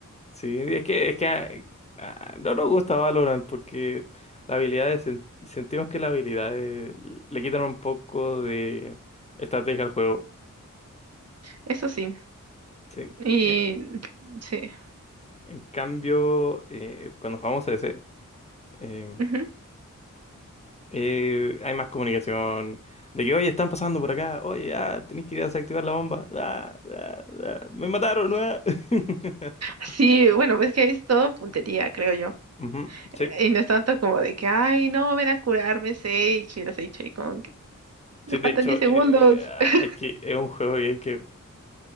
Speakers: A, on the left; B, on the right.
A: sí. Es que, es que ah, eh, ah, no nos gusta Valorant porque la habilidad de sen- sentimos que la habilidad de- le quitan un poco de estrategia al juego.
B: Eso sí.
A: Sí.
B: Y
A: Eh,
B: sí.
A: en cambio, eh, cuando jugamos CS, em,
B: Ujú.
A: eh, hay más comunicación. De que, oye, están pasando por acá. Oye, ah, tenés que ir a desactivar la bomba. Ah, ah, ah, me mataron. ah". <laughs>
B: Sí, bueno, pues que ahí es todo puntería, creo yo.
A: Ujú, Sí,
B: Y no es tanto como de que, ay, no, ven a curarme, Sage. Y los Sage ahí como que me
A: sí,
B: faltan
A: de hecho,
B: 10 segundos.
A: eh,
B: <laughs>
A: hay que, es un juego que hay que